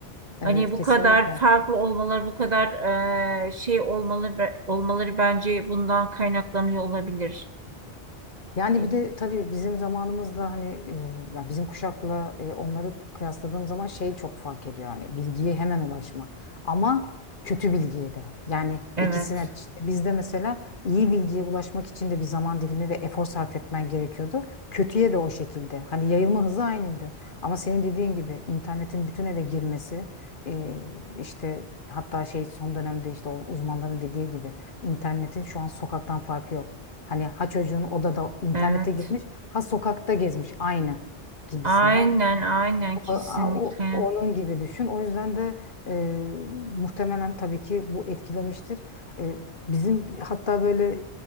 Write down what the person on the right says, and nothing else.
Hani bu
kadar farklı olmaları, bu kadar e, şey olmaları, olmaları bence bundan kaynaklanıyor olabilir.
E,
Evet,
evet.
Aynen, aynen kesinlikle.